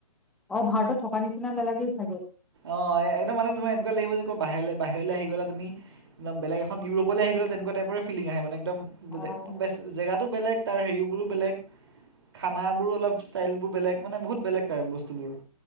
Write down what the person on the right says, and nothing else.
অ একদম মানে তোমাৰ এনেকুৱা লাগিব যে ক বাহিৰলে বাহিৰলে আহি গ'লা তুমি একদম বেলেগ এখন ইউৰোপলৈ আহি গ'লা তেনেকুৱা টাইপৰে ফিলিং আহে মানে একদম
বেচ জেগাটো বেলেগ তাৰ হেৰিবোৰো বেলেগ। খানাবোৰো অলপ ষ্টাইলবোৰ বেলেগ মানে বহুত বেলেগ তাৰ বস্তুবোৰ।